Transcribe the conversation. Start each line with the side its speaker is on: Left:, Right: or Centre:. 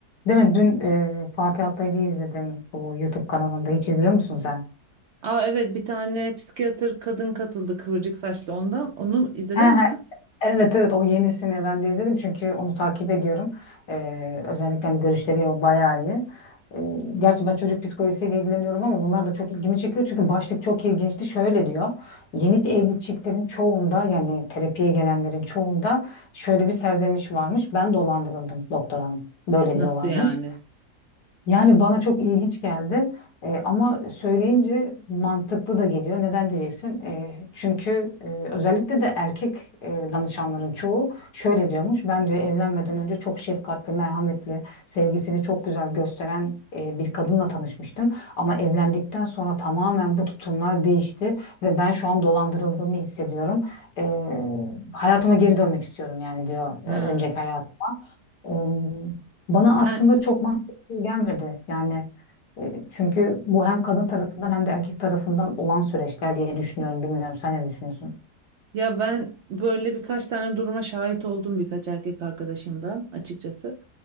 Left: Değil mi? Dün e, Fatih Altaylı'yı izledim bu YouTube kanalında. Hiç izliyor musun sen?
Right: Aa evet bir tane psikiyatr kadın katıldı kıvırcık saçlı ondan. Onu izledin
Left: He he.
Right: mi sen?
Left: Evet evet o yenisini ben de izledim çünkü onu takip ediyorum. E, özellikle hani görüşleri o bayağı iyi. E, gerçi ben çocuk psikolojisiyle ilgileniyorum ama bunlar da çok ilgimi çekiyor. Çünkü başlık çok ilginçti. Şöyle diyor. Yeni evli çiftlerin çoğunda yani terapiye gelenlerin çoğunda şöyle bir serzeniş varmış. Ben dolandırıldım doktor hanım. Böyle
Right: Nasıl
Left: diyorlarmış.
Right: yani?
Left: Yani bana çok ilginç geldi E, ama söyleyince mantıklı da geliyor. Neden diyeceksin? E, çünkü e, özellikle de erkek e, danışanların çoğu şöyle diyormuş. Ben diyor evlenmeden önce çok şefkatli, merhametli, sevgisini çok güzel gösteren e, bir kadınla tanışmıştım. Ama evlendikten sonra tamamen bu tutumlar değişti ve ben şu an dolandırıldığımı hissediyorum. E, hayatıma geri dönmek istiyorum yani diyor e,
Right: Hmm.
Left: önceki hayat. Em, Bana aslında
Right: Ben
Left: çok mantıklı gelmedi. Yani e, çünkü bu hem kadın tarafından hem de erkek tarafından olan süreçler diye düşünüyorum. Bilmiyorum sen ne düşünüyorsun?
Right: ya ben böyle birkaç tane duruma şahit oldum birkaç erkek arkadaşımdan açıkçası.